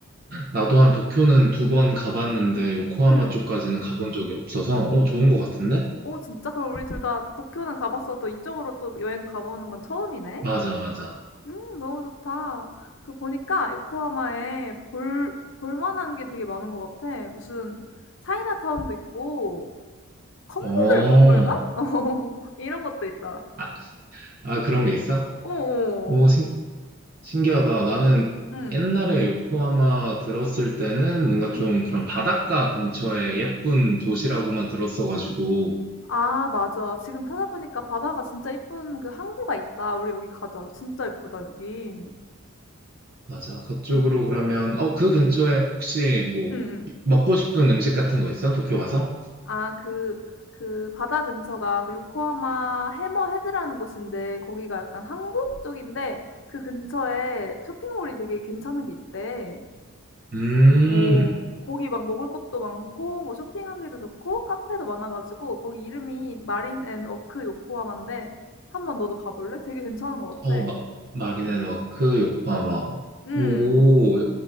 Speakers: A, on the right; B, on the left.
A: 나도 한 도쿄는 두 번 가봤는데 요코하마
B: 응
A: 쪽까지는 가본 적이 없어서 어, 좋은 것 같은데?
B: 오, 진짜? 그럼 우리 둘 다 도쿄는 가봤어도 이쪽으로 또 여행 가보는 건 처음이네?
A: 맞아, 맞아.
B: 음, 너무 좋다. 그 보니까 요코하마에 볼, 볼만한 게 되게 많은 것 같아. 무슨 차이나타운도 있고, 컵누들
A: 어,
B: 박물관? <laughs> 어, 이런 것도 있다.
A: 아, 아, 그런 게 있어?
B: 어어,
A: 오, 신, 신기하다. 나는
B: 응,
A: 옛날에 요코하마 들었을 때는 뭔가
B: 응.
A: 좀 그런 바닷가 근처에 예쁜 도시라고만 들었어가지고.
B: 아, 맞아. 지금 찾아보니까 바다가 진짜 이쁜 그 항구가 있다. 우리 여기 가자. 진짜 이쁘다, 여기. 응,
A: 맞아. 그쪽으로
B: 응,
A: 그러면, 어, 그 근처에 혹시 뭐,
B: 응.
A: 먹고 싶은 음식 같은 거 있어? 도쿄 가서?
B: 아 그 그 바다 근처가 그 요코하마 해머 헤드라는 곳인데 거기가 약간 항구 쪽인데 그 근처에 쇼핑몰이 되게 괜찮은 게 있대.
A: 음,
B: 오, 거기 막 먹을 것도 많고 뭐 쇼핑하기도 좋고 카페도 많아가지고 거기 이름이 마린 앤 워크 요코하마인데 한번 너도 봐볼래? 되게 괜찮은 것
A: 어,
B: 같아.
A: 마, 마린앤워크, 요코하마.
B: 음.
A: 오,